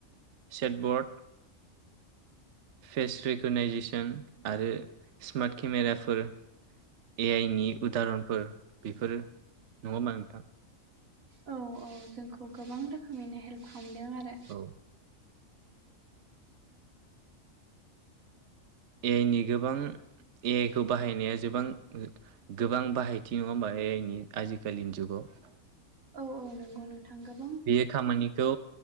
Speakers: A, on the right; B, on the right.
A: सेकबर्ड फेस रेक'कनाइजेसन आरो स्मार्ट केमेराफोर। ए आइ नि उदाहरनफोर बेफोरो नङा होमबा नोंथां?
B: औ औ जोंखौ गोबां रोखोमैनो हेल्प खालामदों आरो।
A: औ। ए आइ नि गोबां ए आइ खौ बाहायनाया जोबां गोबां बाहायथि नङा होमबा ए आइ नि आजिखालिनि जुगाव।
B: औ औ नोंगौ नोंथां गोब
A: बे खामानिखौ